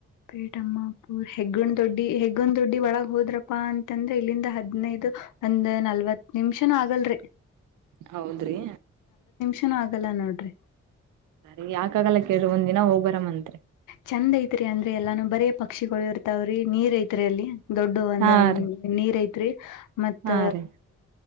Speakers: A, on the left; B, on the right.
A: ಪೇಟಮ್ಮ ಪೂ ತೊಂಡ್ ದೊಡ್ಡಿ ಹೆಗೊಂದ್ ದೊಡ್ಡಿ ಒಳಗ್ ಹೋದ್ರಪ್ಪಾ ಅಂತಂದ್ರೆ ಇಲ್ಲಿಂದ ಹೆಡ್ನೈಡು ಒಂದ್ ನಲ್ವತ್ ನಿಮಿಷನ ಆಗಲ್ರಿ
B: ಹೌದ್ರಿ
A: ಚ ಆಗಲ್ಲ ನೋಡ್ರಿ
B: ಸರಿ ಯಾಕಾಗಲ್ಲ ಕೇಳ ಒಂದದಿ ನ ಹೋಗ್ ಬರ ಮಂತೆ
A: ಚಂದ ಐತ್ರಿ ಅಂದ್ರೆ ಎಲ್ಲಾನು ಬರೇ ಪಕ್ಷಿಗಳು ಇರ್ತಾವ್ರಿ ನೀರ್ ಐತ್ರಿ ಅಲ್ಲಿ ದೊಡ್ಡ ಒಂದ
B: ಹಾ ರೀ
A: ನೀರ ಐತಿ ರಿ ಮತ್ತ
B: ಹಾ ರೀ